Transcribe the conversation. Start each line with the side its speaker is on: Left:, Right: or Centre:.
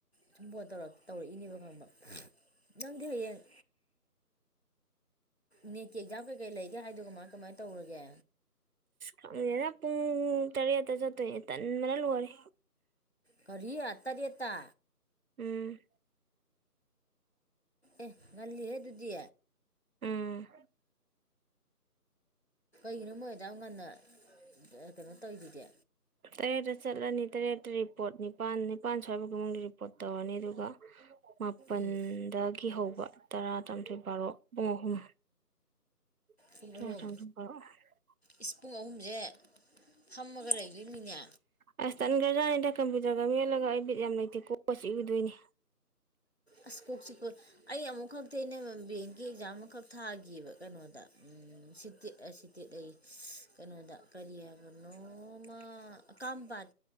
Left: ꯁꯨꯝ ꯐꯣꯟ ꯇꯧ ꯇꯧꯔꯛꯏꯅꯦꯕ ꯈꯪꯕ ꯅꯪꯗꯤ ꯍꯌꯦꯡ ꯅꯦꯛꯀꯤ ꯑꯦꯛꯖꯥꯝ ꯀꯩꯀꯩ ꯂꯩꯒꯦ ꯍꯥꯏꯗ ꯀꯃꯥꯏ ꯀꯃꯥꯏꯅ ꯇꯧꯔꯒꯦ
Right: ꯈꯪꯗꯦꯅ ꯄꯨꯡ ꯇꯔꯦꯠꯇ ꯆꯠꯇꯣꯏ ꯇꯟ ꯃꯅ ꯂꯔꯦ
Left: ꯀꯔꯤ ꯇꯔꯦꯠꯇꯥ
Right: ꯎꯝ
Left: ꯑꯦ ꯉꯥꯜꯂꯤ ꯍꯦ ꯑꯗꯨꯗꯤ
Right: ꯎꯝ
Left: ꯀꯒꯤꯅꯣ ꯃꯣꯏꯗꯥ ꯉꯟꯅ ꯀꯩꯅꯣ ꯇꯧꯔꯤꯔꯤꯗꯤ
Right: ꯇꯔꯦꯠꯇ ꯆꯠꯂꯅꯤ ꯇꯔꯦꯠꯇ ꯔꯤꯄꯣꯔꯠ ꯅꯤꯄꯥꯜ ꯅꯤꯄꯥꯥꯟ ꯁ꯭ꯋꯥꯏꯕꯒꯤ ꯃꯅꯨꯡꯗ ꯔꯤꯄꯣꯔꯠ ꯇꯧꯔꯅꯤ ꯑꯗꯨꯒ ꯃꯥꯄꯜꯗꯒꯤ
Left: ꯎꯝ
Right: ꯍꯧꯕ ꯇꯔꯥ ꯇꯔꯥꯊꯣꯏ ꯕꯥꯔꯣ ꯄꯨꯡ ꯑꯍꯨꯝ <unintelligible>
Left: ꯄꯨꯡ ꯑꯍꯨꯝ ꯏꯁ ꯄꯨꯡ ꯑꯍꯨꯝꯁꯦ ꯐꯥꯝꯃꯒ ꯂꯩꯗꯣꯏꯅꯤꯅꯦ
Right: ꯑꯁ ꯇꯟꯈ꯭ꯔꯖꯥꯠꯅꯤꯗ ꯀꯝꯄ꯭ꯌꯨꯇꯔꯒ ꯃꯜꯂꯒ ꯑꯩ ꯕꯤꯠ ꯌꯥꯝ ꯂꯩꯇꯦ ꯀꯣꯛꯁꯤ ꯏꯎꯗꯣꯏꯅꯦ
Left: ꯑꯁ ꯀꯣꯛ ꯆꯤꯛꯄ ꯑꯩ ꯑꯃꯨꯛ ꯈꯛꯇ ꯑꯩꯅ ꯕꯑꯦꯡꯀꯤ ꯑꯦꯛꯖꯥꯝ ꯑꯃꯈꯛ ꯊꯥꯒꯤꯕ ꯀꯩꯅꯣꯗ ꯎ ꯁꯤ ꯇꯦꯛꯑ ꯑꯁꯤ ꯇꯛꯂ ꯀꯩꯅꯣꯗ ꯀꯔꯤ ꯍꯥꯏꯕꯅꯣꯃ ꯀꯝꯄꯥꯠ